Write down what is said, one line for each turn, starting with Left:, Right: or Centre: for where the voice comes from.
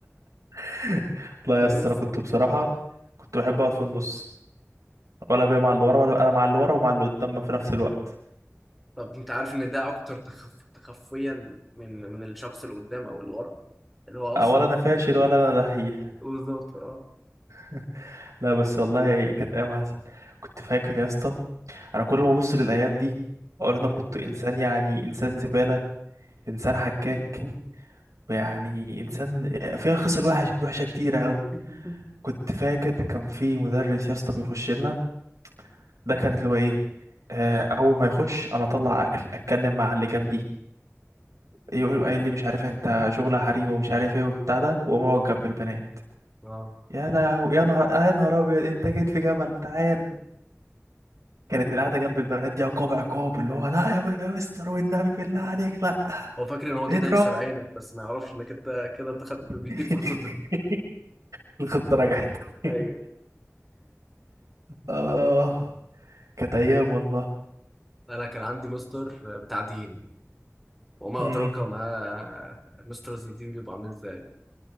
Right: <laughs> لا
Centre: فبس
Right: يا اسطى انا كنت بصراحه كنت بحب اقعد في النص ولا بيا مع اللي ورا ولا انا مع اللي ورا ومع اللي قدام في نفس الوقت
Centre: طب انت عارف ان ده اكتر تخف... تخفيا من من الشخص اللي قدام او اللي ورا اللي هو اصلا
Right: آه، ولا انا فاشل ولا انا دحيح
Centre: بالظبط اه
Right: <laughs> لا بس والله كانت ايام عسل كنت فاكر يا اسطى انا كل ما ابص للايام دي اقول انا
Centre: مم.
Right: كنت انسان يعني انسان زباله انسان حكاك ويعني انسان فيها خصال وحش وحشه كتير قوي
Centre: <laughs>
Right: كنت فاكر كان في مدرس يا اسطى بيخش لنا ده كان اللي هو ايه آه، اول ما يخش انا اطلع اكل اتكلم مع اللي جنبي يقول قايل لي مش عارف انت شغل حريم ومش عارف ايه وبتاع ده واقوم اقعد
Centre: مم.
Right: جنب البنات
Centre: اه
Right: يا لهو يا نهار يا نهار ابيض انت جيت في جمل تعالى كانت القعده جنب البنات دي عقاب عقاب اللي هو لا يا م- يا مستر والنبي بالله عليك لا
Centre: هو فاكر ان هو كده
Right: اضرب
Centre: يكسر عينك بس ما يعرفش انك انت كده انت خد...
Right: <laughs>
Centre: بيديك فرصتك
Right: الخطه نجحت <laughs>
Centre: ايوه
Right: اه كانت ايام والله
Centre: انا كان عندي مستر بتاع دين وما
Right: امم
Centre: ادراك ما مستر الدين بيبقى عامل ازاي